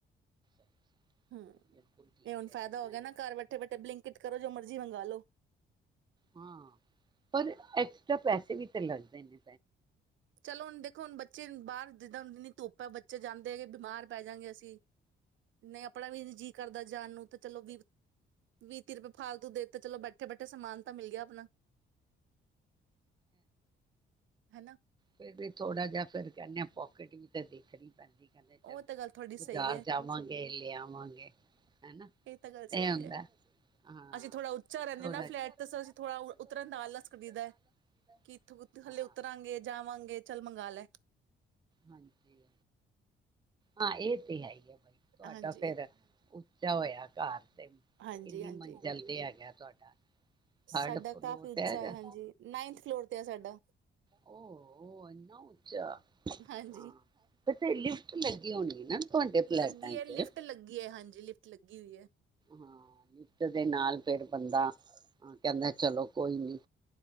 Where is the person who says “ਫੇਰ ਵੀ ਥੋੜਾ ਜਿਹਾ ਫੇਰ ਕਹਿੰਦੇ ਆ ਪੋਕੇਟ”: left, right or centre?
Right